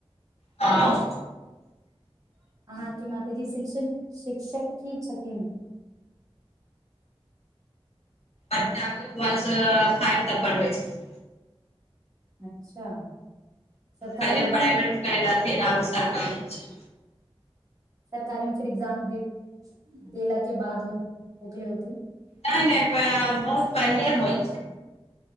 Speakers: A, on the left (about 80°); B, on the right (about 35°).
A: हाँ
B: अहाँके माताजी शिक्ष-शिक्षक ही छथिन
A: अचछा व फाइव तक पढ़बै छथिन
B: अच्छा सरकारी
A: पहिले प्राइवेटमे
B: की
A: करै रहथिन आ सरकारी छै
B: सरकार मे फिर एग्जाम दे--देला के बाद होखले होथिन
A: नहि नहि प- बहुत पहिले होइ